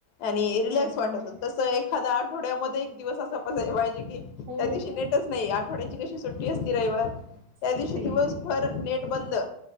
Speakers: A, on the left; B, on the right.
A: आणि रिलॅक्स
B: खेळत
A: वाटत
B: नाही
A: होत. तसं एखादा आठवड्यामध्ये एक दिवस अस पाहिजे की त्या
B: हो
A: दिवशी नेट नाही. आठवड्याची कशी सुट्टी असती रविवार. त्या
B: सुट्टी
A: दिवशी दिवसभर नेट बंद.